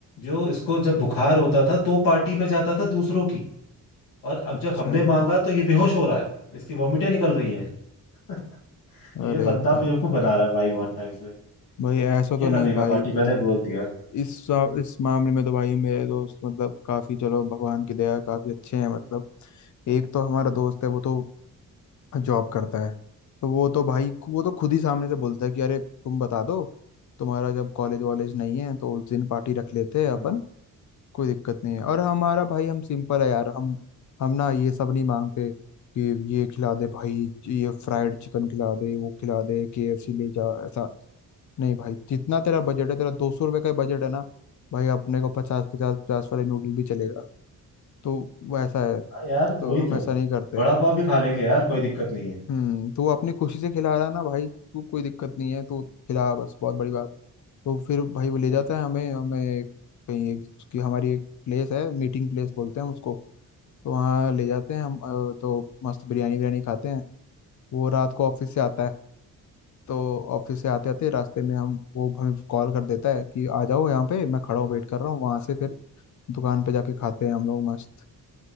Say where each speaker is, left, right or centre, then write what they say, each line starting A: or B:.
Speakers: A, on the left (about 70°); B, on the left (about 55°).
A: जो इसको जब बुखार होता था तो पार्टी में जाता था दूसरों की और अब
B: अच्छा
A: जब हमने मांगा तो ये बेहोश हो रहा है इसकी वॉमिटें निकल रही हैं <laughs> ये
B: अरे
A: बंदा
B: भाई
A: बेवकूफ बना रहा है भाई बहुत टाइम से।
B: भाई ऐसा
A: ये
B: तो
A: ना
B: नहीं
A: देगा
B: भाई
A: पार्टी मैंने बोल दिया
B: इस सा- इस मामले में तो भाई मेरे दोस्त मतलब काफी चलो भगवान की दया है, काफी अच्छे हैं मतलब एक तो हमारा दोस्त है वो तो जॉब करता है तो वो तो भाई वो तो खुद ही सामने से बोलता है कि अरे तुम बता दो तुम्हारा जब कॉलेज वॉलेज नहीं है तो उस दिन पार्टी रख लेते हैं
A: हाँ
B: अपन
A: हाँ
B: कोई दिक्कत नहीं है और हमारा भाई हम सिंपल है यार हम हम ना ये सब नहीं मांगते कि ये खिला दे भाई ये फ्राइड चिकन खिला दे वो खिला दे के एफ सी ले जा ऐसा नहीं भाई जितना तेरा बजट है तेरा दो सौ रुपये का बजट है ना भाई अपने को पचास पचास पचास वाले नूडल भी चलेगा तो वैसा है
A: हाँ यार
B: तो
A: वही
B: हम
A: तो
B: ऐसा नहीं करते
A: वड़ा पाव भी खा लेंगे यार कोई दिक्कत नहीं है
B: हम्म तू अपनी खुशी से खिला रहा है ना भाई तू कोई दिक्कत नहीं है तू खिला बस बहुत बड़ी बात है तो फिर भाई वो ले
A: वही
B: जाता
A: तो
B: है हमें हमें कहीं एक उसकी हमारी एक प्लेस है मीटिंग प्लेस बोलते हैं उसको तो वहाँ ले जाते हैं हम अ, तो मस्त बिरयानी बिरयानी खाते हैं वो रात को ऑफिस से आता है तो ऑफिस से आते आते रास्ते में हम वो हमें कॉल कर देता है कि आ जाओ यहाँ पे मैं खड़ा हूँ वेट कर रहा हूँ वहां से फिर दुकान पे जाके खाते हैं हम लोग मस्त